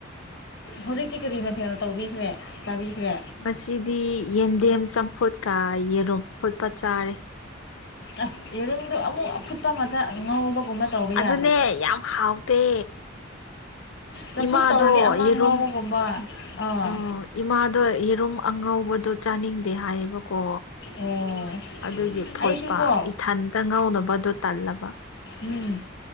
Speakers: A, on the left; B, on the left.
A: ꯎꯝ
B: ꯍꯧꯖꯤꯛꯇꯤ ꯀꯔꯤ ꯃꯊꯦꯜ ꯇꯧꯕꯤꯈ꯭ꯔꯦ ꯆꯥꯕꯤꯈ꯭ꯔꯦ
A: ꯉꯁꯤꯗꯤ ꯌꯦꯟꯗꯦꯝ ꯆꯝꯐꯨꯠꯀ ꯌꯦꯔꯨꯝ ꯐꯨꯠꯄ ꯆꯥꯔꯦ
B: ꯑꯁ ꯌꯦꯔꯨꯝꯗꯣ ꯑꯃꯨꯛ ꯑꯐꯨꯠꯄ ꯉꯥꯛꯇ ꯉꯧꯕꯒꯨꯝꯕ ꯇꯧꯕ
A: ꯑꯗꯨꯅꯦ
B: ꯌꯥꯗ꯭ꯔꯣ
A: ꯌꯥꯝ ꯍꯥꯎꯇꯦ
B: ꯆꯝꯐꯨꯠ
A: ꯏꯃꯥꯗꯣ
B: ꯇꯧꯔꯗꯤ ꯑꯃ
A: ꯌꯦꯔꯝ
B: ꯉꯧꯕꯒꯨꯝꯕ ꯑꯥ
A: ꯑ ꯏꯃꯥꯗꯣ ꯌꯦꯔꯨꯝ ꯑꯉꯧꯕꯗꯣ ꯆꯥꯅꯤꯡꯗꯦ ꯍꯥꯏꯌꯦꯕꯀꯣ
B: ꯑꯣ
A: ꯑꯗꯨꯒꯤ ꯐꯣꯠꯄ
B: ꯑꯩꯁꯨꯀꯣ
A: ꯏꯊꯟꯇ ꯉꯥꯎꯅꯕꯗꯣ ꯇꯜꯂꯕ
B: ꯎꯝ